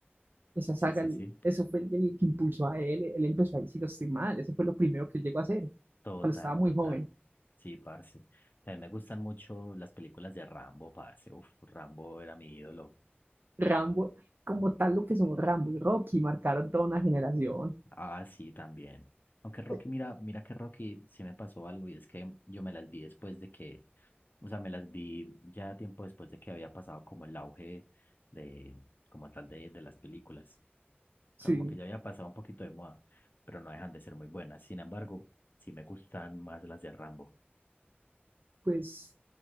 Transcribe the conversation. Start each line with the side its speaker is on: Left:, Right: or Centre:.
Right: Esa
Left: sí,
Right: saga,
Left: sí, sí.
Right: eso fue el, el que impulsó a él, él empezó a ir, si no estoy mal, eso fue lo primero que él llegó a hacer,
Left: Total,
Right: cuando estaba muy
Left: total.
Right: joven.
Left: Sí, parce. También me gustan mucho las películas de Rambo, parce. Uf, Rambo era mi ídolo.
Right: Rambo, como tal lo que son Rambo y Rocky, marcaron toda una generación.
Left: Ah, sí, también. Aunque Rocky,
Right: Eh,
Left: mira, mira que Rocky sí me pasó algo y es que yo me las vi después de que, o sea, me las vi ya tiempo después de que había pasado como el auge de, como tal de, de las películas.
Right: Sí,
Left: Como que ya había pasado un poquito de moda, pero no dejan de ser muy buenas. Sin embargo, sí me gustan más las de Rambo.
Right: pues